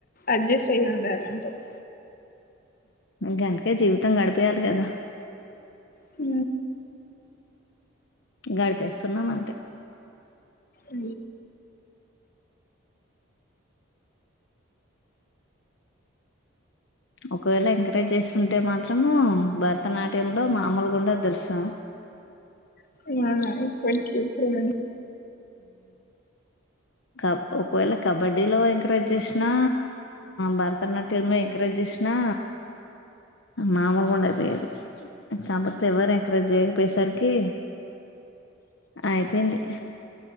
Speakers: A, on the left; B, on the left.
A: అడ్జస్ట్ అయ ఉండాలంటారు
B: గంతక జీవితంగడపియాల కద
A: హ
B: గడపేస్తున్నామంత
A: అ
B: ఒకవేళ ఎంకరేజ్ చేస్తుంటే మాత్రము భర్త భరతనాట్యంలో మామూలు గుండ తెలుసాం
A: <unintelligible>
B: క ఒకవేళ కబడ్డీలో ఎంకరేజ్ చేసినా భరతనాట్యం మ ఎంకరేజ్ చేసినా మామూలుగాం అయిపోయేది కాకపోతే ఎవరు ఎంకరేజ్ చేయ్య పోయేసరికి అయిపోయింది